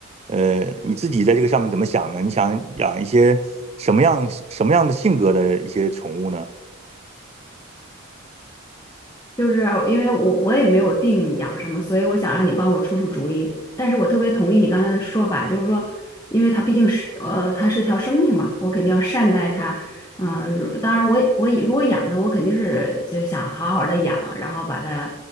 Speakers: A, on the right; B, on the left.
A: 呃，你自己在这个上面怎么想呢？你想养一些什么样什么样的性格的一些宠物呢？
B: 就是因为我我也没有定养什么，所以我想让你帮我出出主意。但是我特别同意你刚才的说法，就是说，因为它毕竟是呃，它是条生命嘛，我肯定要善待它。嗯、呃如当然我我如果养它，我肯定是就想好好的养，然后把它